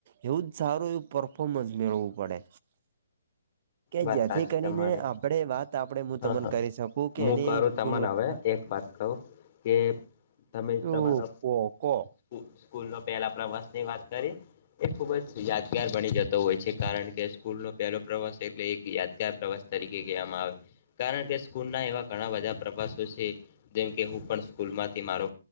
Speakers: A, on the right (about 45°); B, on the left (about 40°).
A: એવું જ સારું એવું પરફોમન્સ મેળવું પડે. કે
B: વાત
A: જેથી
B: સાચી
A: કરીને
B: તમારી
A: આપણે વાત આપણે હું
B: હ
A: તમને
B: હા
A: કરી શકું કે
B: હું
A: એની
B: કરું તમને
A: ગુણવત્તા
B: હવે એક વાત કહો કે તમે
A: શું
B: તમારા
A: કો કો
B: સ્કુ સ્કૂલ નો પહેલા પ્રવાસ ની વાત કરી એ ખુબ જ યાદગાર બની જતો હોય છે કારણ કે સ્કૂલનો પહેલો પ્રવાસ એક એટલે એક યાદગાર પ્રવાસ તરીકે કહેવામાં આવે કારણ કે સ્કૂલના એવા ઘણા બધા પ્રવાસો છે જેમ કે હું પણ સ્કૂલ માંથી મારો